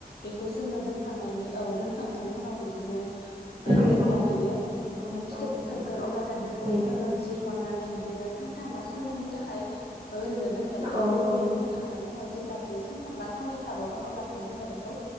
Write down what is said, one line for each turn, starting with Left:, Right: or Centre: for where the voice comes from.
Left: बेखौ जोङो दोनखांनायनि औ दोनखांनायनि उनाव बिदिनो
Right: दोनखांनायनि
Left: जेब्ला
Right: उनाव
Left: बेयो
Right: औ
Left: फिथोब
Right: औ
Left: थोबगोन अब्लाथाय बेखौ
Right: औ
Left: जोङो जिरहननानै बिदिनो सानथाम बा साननैनि थाखाय ओरैनो दोनगोन
Right: औ
Left: बेखौ
Right: औ
Left: ओरैनो दोनखांनायनि उनाव जेब्ला बियो सानथाम बा साननै थाबावगोन अब्लाथाय जोङो बेखौ